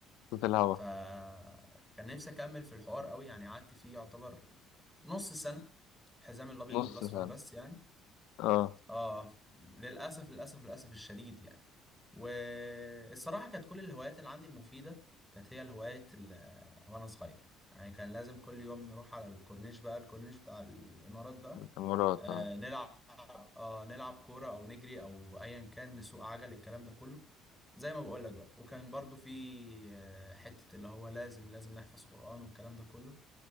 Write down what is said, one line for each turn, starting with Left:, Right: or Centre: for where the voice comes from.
Left: صوت الهوا
Centre: فكان نفسي اكمل في الحوار قوي يعني قعدت فيه يعتبر نص سنة حزام الابيض
Left: نص
Centre: والاصفر
Left: سنة
Centre: بس يعني
Left: اه
Centre: اه للاسف للاسف للاسف الشديد يعني والصراحة كانت كل الهوايات اللي عندي المفيدة كانت هي الهوايات اللي وأنا صغير يعني كان لازم كل يوم نروح على الكورنيش بقى الكورنيش بتاع الإمارات بقى
Left: الإمارات
Centre: آه
Left: اه
Centre: نلعب آه نلعب كورة أو نجري أو أيا كان نسوق عجل الكلام ده كله زي ما بقول لك بقى وكان برضو في آه، حتة اللي هو لازم لازم نحفظ قرآن والكلام ده كله